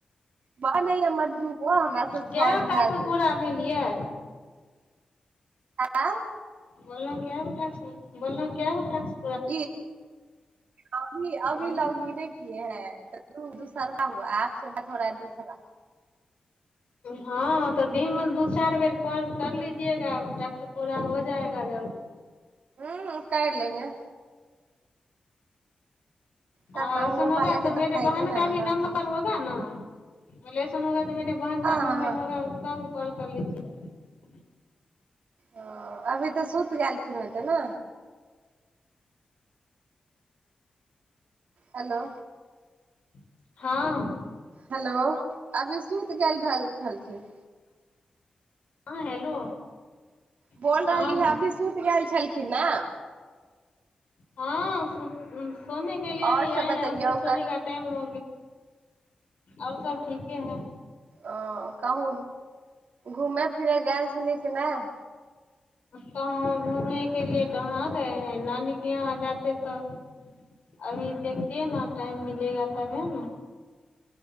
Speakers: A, on the right; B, on the left.
A: वाह नहि हमर दू गो हमरास
B: कए
A: छठ
B: गो टास्क
A: भेल छल
B: पूरा भेल ये
A: आँ
B: बोल को बोल को
A: ई अभी अभी
B: हूँ
A: लग इने किए है दूसरका हुआ आपसँ बात हो रहा है दूसरा
B: हँ तऽ दिनमे दू चारि बेर कल कर लीजियेगा क पूरा हो जाएगा जल्द
A: हँ कर लेंगे करना
B: आ
A: हुओ
B: सुन होगा
A: वाला के
B: तऽ मेे
A: फायदो
B: बहन
A: नहि
B: का
A: है
B: भी
A: बात
B: नम्बर
A: हँ
B: होगा ने मलसन होगा मेेरे बहन का
A: हँ
B: नंबर होगा कॉल कर लीजिए
A: ह अभी तऽ सुति गेलखिन ओ ते ने हेलो
B: हँ
A: हेलो अभी सुति गेल छलखिन
B: हँ हेलो
A: बोल
B: हाँ
A: रहली हँ
B: हाँ
A: अभी सुति गेल छलखिन ने
B: हँ सु सोने के लिये
A: आओर सब
B: आए
A: बतैयौ
B: हं उसे सोने क टाइम हो आओर सब ठीके है
A: ह कहु घूमय फिरय गेल छलै कि नहि
B: कहाँ घूमने के लिए कहाँ गए हैं नानीक यहाँ जाते तऽ अभी देखियए न टाइम मिलेगा तब हे ने